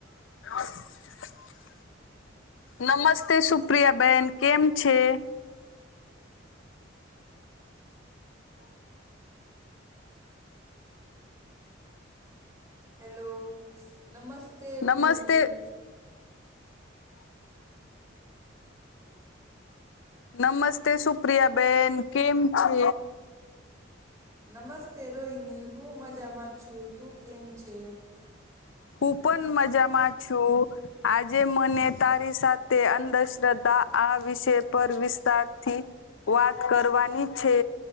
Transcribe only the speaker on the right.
હેલો નમસ્તે
રોહિની.
નમસ્તે રોહિની હું મજામાં છું. તું કેમ છે?